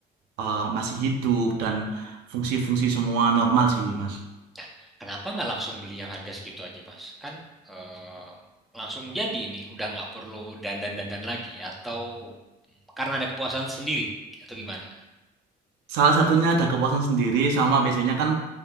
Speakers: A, on the right (about 85°); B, in the centre.
A: eh, masih hidup
B: hmm.
A: dan fungsi-fungsi semua normal sih Mas.
B: Nah, kenapa nggak langsung beli yang harga segitu aja, Mas? Kan eh, langsung jadi ini, udah nggak perlu dandan-dandan lagi, atau karena ada kepuasan sendiri, atau gimana?
A: Salah satunya ada kepuasan sendiri sama biasanya kan